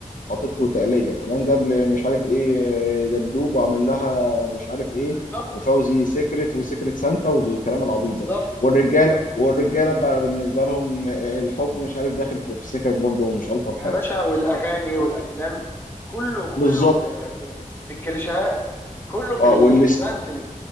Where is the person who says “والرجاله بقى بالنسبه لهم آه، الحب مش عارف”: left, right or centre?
Left